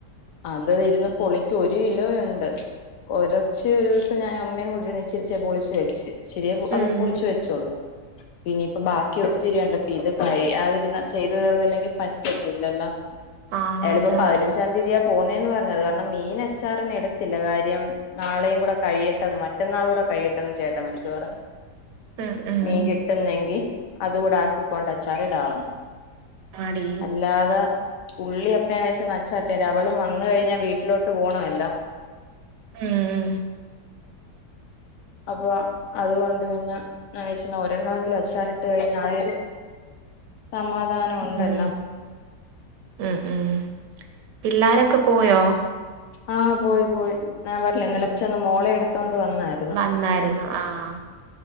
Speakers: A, on the left; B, on the right.
A: അത് ഇരുന്ന് പൊളിക്കുവാ ഒരു കിലോ ഉണ്ട് കൊറച്ച് ഒരു ദിവസംഞാനും അമ്മയും കൂടി ഇരുന്ന് പൊളിച്ചു വെച്ച് ഇച്ചിരിയെ
B: ഉം
A: അത് പൊളിച്ചു വെച്ചോളു പിന്നയിപ്പ ബാക്കി ഒത്തിരിണ്ടപ്പ ഇത് കഴിയാതിരുന്ന ചെയ്ത് തീർന്നില്ലെങ്കിൽ പറ്റത്തില്ലല്ലൊ
B: ആ
A: അയാളിപ്പോ
B: അതാ
A: പതിനഞ്ചാം തീയതിയ പോന്നേന്ന് പറഞ്ഞത് കാരണം മീന ച്ചാറിന് എടുത്തില്ല കാര്യം നാളെയും കൂടെ കഴിയിട്ടെന്ന് മറ്റന്നാൾ കൂടെ കഴിയിട്ടും ചേട്ടാൻ വിളിച്ചു പറഞ്ഞു
B: ഉം ഉം
A: മീൻ
B: ഉ
A: കിട്ടുന്നെങ്കി അതുകൂടെ ആക്കിക്കൊണ്ടച്ചാർടാവുന്നു
B: ആഡി
A: അല്ലാതെ ഉള്ളിഒക്കെ ഞാൻ വിചാരിച് അച്ചാർ ഇടന്നു അവള് വന്ന കഴിഞ്ഞ വീട്ടിലോട്ട് ആയാലോ
B: ഉം
A: അപ്പൊ അതുകൊണ്ട് പിന്നെഞാൻ വിചാരിച്ചു ഒരെണ്ണമെങ്കിലും അച്ചാറിട്ട് കഴിഞ്ഞ ആര് സമാധാനം ഉണ്ടല്ലോ
B: ഉം ഉം ഉം പിള്ളോരൊക്കെ പോയോ
A: ആഹ് പോയി പോയി ഞാൻ പറഞ്ഞില്ലേ ഇന്നലെ
B: ഉം.
A: ചെന്ന് മോളെ എടുത്തോണ്ട് വന്നായിരുന്നു
B: വന്നായിരുന്നു ആഹ